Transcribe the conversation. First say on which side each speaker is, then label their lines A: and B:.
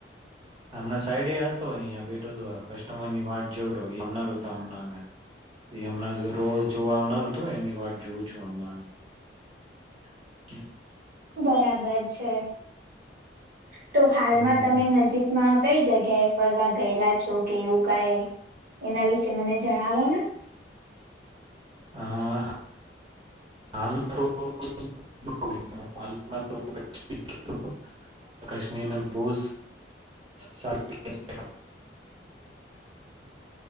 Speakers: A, on the right; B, on the right.
A: હમણાં સાઈડે હતો અહીંયા બેઠો હતો કસ્ટમર ની વાટ જો રહો એ આવનાર હતો હમણાં એ હમણાં રોજ જોવા આવનાર હતો એની વાટ જોઉં છું હમણાં. <inaudible>
B: બરાબર છે. તો હાલમાં
A: હમ
B: તમે
A: હમ
B: નજીકમાં... કઈ જગ્યાએ ફરવા ગયેલા છો કે એવું કઈ એના વિશે મને જણાવો ને.
A: હ હ હાલમાં તો <inaudible> હાલમાં તો કાશ્મીર ગયો, કશ્મીર ને બોવ સારી રીતે